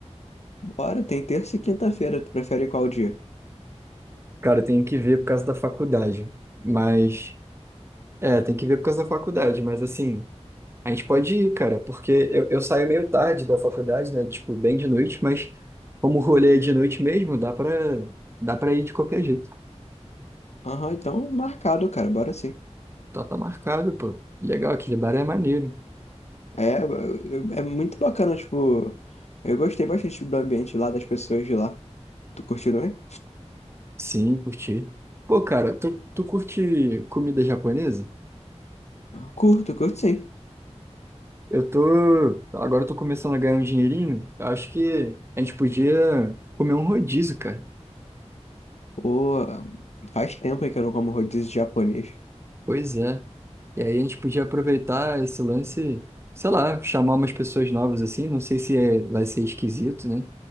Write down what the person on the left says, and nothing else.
Bora, tem terça e quinta-feira. Tu prefere qual dia?
Aham, então marcado, cara, bora sim.
É, é é muito bacana, tipo... Eu gostei bastante do ambiente lá, das pessoas de lá. Tu curtiu, não é?
Curto, curto sim.
Pô, faz tempo que eu não como rodízio japonês.